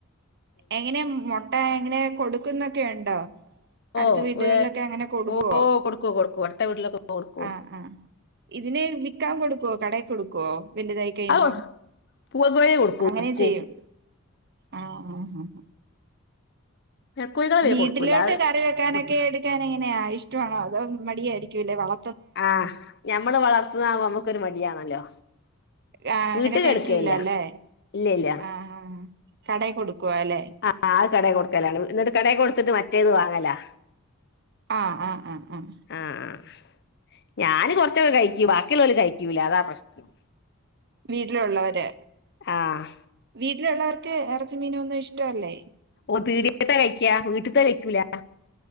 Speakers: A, on the right; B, on the left.
A: എങ്ങനെയാ മൊട്ട എങ്ങനെ കൊടുക്ക്ന്നൊക്കെ ഒണ്ടോ
B: ഓ
A: അടുത്ത വീടുകളിലൊക്കെ
B: ഏ
A: അങ്ങനെ കൊടുക്കവോ
B: ഓ കൊടുക്കൂ കൊടുക്കൂ അടുത്ത വീട്ടിലൊക്കെ കൊടുക്കൂ
A: ആഹ് ആഹ് ഇതിനെ വിക്കാൻ കൊട്ക്കുവോ കടെ കൊടുക്കുവോ വല്തായാ - ക്കെ കഴിയുമ്പോ
B: അത് പൂവൻകോഴിയെ കൊടുക്കൂ
A: അങ്ങനെ
B: കൊടുക്കൂ
A: ചെയ്യും ആഹ് ആഹ്
B: കോഴികളെ പിന്നെ
A: വീട്ടിലോട്ട്
B: കൊടുക്കൂല
A: കറി വെക്കാനൊക്കെ
B: അത്
A: എട്ക്കാൻ എങ്ങനെയാ ഇഷ്ടാ വണോ അതോ മടിയായിരിക്കും അല്ലേ വള
B: ആഹ് ഞമ്മള് വളർത്ത്ന്നാവുമ്പോ ഞമ്മാക്കൊര് മടിയാണല്ലോ
A: ആഹ് അങ്ങനെ
B: വീട്ടിൽ
A: കയിക്കുല്ല
B: എടുക്കലില്ല
A: അല്ലേ
B: ഇല്ല ഇല്ല
A: ആഹ് കടെ കൊട്ക്കുവാ അല്ലെ
B: ആഹ് ആഹ് കടെ കൊട്ക്കലാണ് എന്നിട്ട് കടെ കൊട്ത്ത് ഇട്ട് മറ്റേത് വാങ്ങലാ
A: ആഹ് ആഹ് ആഹ് ആഹ്
B: ആഹ് ഞാന് കൊറച്ചൊക്കെ കയിക്കൂ ബാക്കിയേള്ളാല് കയിക്കുല്ലാ അതാ പ്രശ്നം
A: വീട്ടിലോള്ളര്
B: ആഹ്
A: വീട്ടിലോള്ളർക്ക് എറച്ചിയും മീനനും ഒന്നും ഇഷ്ട്ടവല്ലേ
B: ഓൻ പീടിയ്ക്കത്തെ കയിക്ക്യാ വീട്ടത്തെ കയിക്കൂല്ല